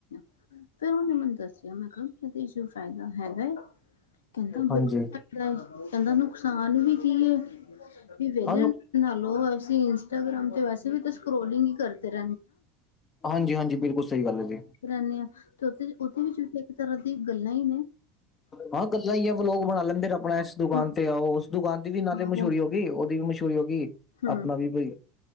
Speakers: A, on the left; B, on the left.
A: <unintelligible> ਫਿਰ ਉਹਨੇ ਮੈਨੂੰ ਦੱਸਿਆ ਮੈਖਾ ਇਹਦੇ 'ਚ ਫਾਇਦਾ ਹੈਗਾ ਕਹਿੰਦਾ ਬਹੁਤ
B: ਹਾਂਜੀ
A: ਘੱਟ ਕਹਿੰਦਾ ਨੁਕਸਾਨ ਵੀ ਕੀ ਹੈ ਵੀ ਵਿਹਲੇਣ
B: ਹਾਂ
A: ਨਾਲ ਲੋ ਅਸੀ ਇੰਸਟਾਗ੍ਰਾਮ ਤੇ ਵੈਸੇ ਵੀ ਤਾਂ ਸਕਰੌਲਿੰਗ ਈ ਕਰਦੇ <unintelligible>
B: ਹਾਂਜੀ ਹਾਂਜੀ ਬਿਲਕੁਲ ਸਹੀ ਗੱਲ ਹੈ ਜੀ
A: ਰਹਿਨੇ ਆ ਤੇ ਉਥੇ-ਉਥੇ ਵੀ ਇੱਕ ਤਰ੍ਹਾਂ ਦੀ ਗੱਲਾਂ ਹੀ ਨੇ।
B: ਹਾਂ ਗੱਲਾ ਹੀ ਆ ਬਲੋਗ ਬਣਾ ਲੈਂਦੇ ਨੇ ਆਪਣਾ ਇਸ ਦੁਕਾਨ
A: ਹਾਂ
B: ਤੇ ਆਉ ਉਸ ਦੁਕਾਨ ਦੀ ਵੀ ਇਹਨਾ
A: ਹਾਂ
B: ਦੇ ਮਸ਼ਹੂਰੀ
A: ਹੋਰ
B: ਹੋ ਵੀ ਉਹਦੀ ਵੀ ਮਸ਼ਹੂਰੀ ਹੋ ਗਈ
A: ਹੂੰ
B: ਆਪਣਾ ਵੀ ਕੁਝ